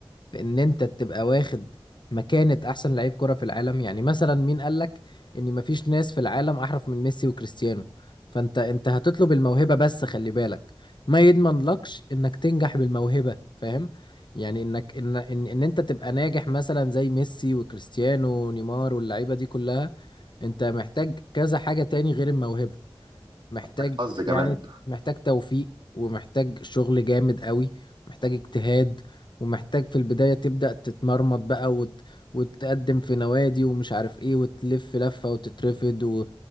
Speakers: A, on the left (about 55°); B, on the right (about 60°).
A: في ان انت تبقى واخد مكانة احسن لعيب كرة في العالم يعني مثلا مين قالك ان مفيش ناس في العالم احرف من ميسي وكريستيانو فانت انت هتطلب الموهبة بس خلي بالك ما يضمن لكش انك تنجح بالموهبة فاهم يعني انك ان ان, إن انت تبقى ناجح مثلا زي ميسي وكريستيانو ونيمار واللعيبة دي كلها انت محتاج كذا حاجة تاني غير الموهبة محتاج
B: معاك حظ كمان
A: يعني محتاج توفيق ومحتاج شغل جامد قوي محتاج اجتهاد ومحتاج في البداية تبدأ تتمرمط بقى وت... وتقدم في نوادي ومش عارف ايه وتلف لفة وتترفض و...